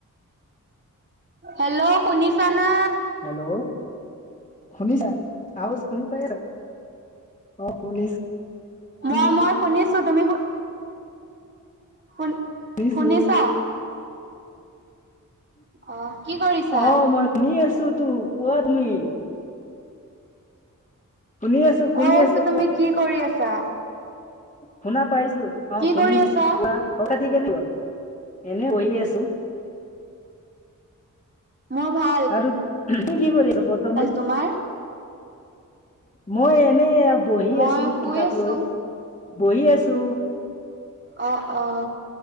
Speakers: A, on the right; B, on the left.
A: হেল্ল' শুনিছানে?
B: হেল্ল' শুনিছা? আৱাজ শুনি পাইছা? অ শুনিছোঁ।
A: মই মই শুনিছো তুমি শু শুন
B: নিছোঁ।
A: শুনিছা অ কি কৰিছা
B: অ মই শুনি আছো তো, কোৱা তুমি? শুনি আছো শুনি
A: কৈ আছো, তুমি
B: কোৱা
A: কি কৰি আছা?
B: শুনা পাইছো অ
A: কি
B: শুনিছোঁ,
A: কৰি আছা
B: কোৱা? খবৰ - খাতি কেনেকুৱা? এনে বহি আছো।
A: মোৰ ভা
B: আৰু উহু তুমি কি কৰি আছা বৰ্তমান?
A: তোমাৰ
B: মই এনে ইয়াত বহি
A: মই
B: আছো
A: শুই
B: কিতাপ
A: আছো
B: লৈ, বহি আছো।
A: অ অ।